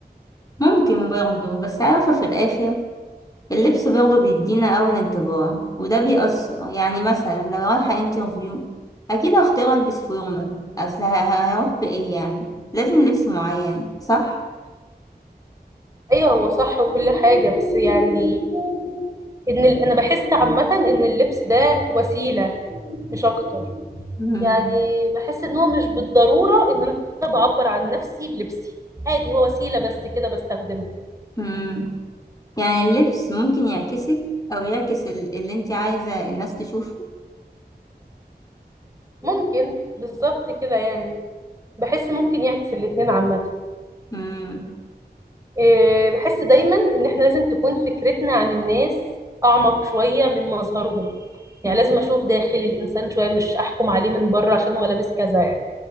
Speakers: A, on the left (about 20°); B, on the right (about 20°).
A: ممكن برضه بس عارفة في الآخر اللبس برضه بيدينا أول انطباع وده بيأثر يعني مثلا لو رايحة انترفيو أكيد هختار ألبس فورمال أصل ه- ه- هروح بإيه يعني لازم لبس معين صح؟
B: ايوه هو صح وكل حاجه بس يعني ان ال... انا بحس عامه ان اللبس ده وسيله مش اكتر
A: مم.
B: يعني بحس ان هو مش بالضروره ان انا بعبر عن نفسي بلبسي عادي هو وسيله بس كده بستخدمه
A: مم. يعني اللبس ممكن يعكسك أو يعكس ال- اللي انت عايزة الناس تشوفه
B: ممكن بالظبط كده يعني بحس ممكن يعكس الاتنين عامه
A: مم.
B: آه، بحس دايما ان احنا لازم تكون فكرتنا عن الناس اعمق شوية من مظهرهم يعني
A: مم.
B: لازم اشوف داخل الانسان شوية مش احكم عليه من بره عشان هو لابس كذا يعني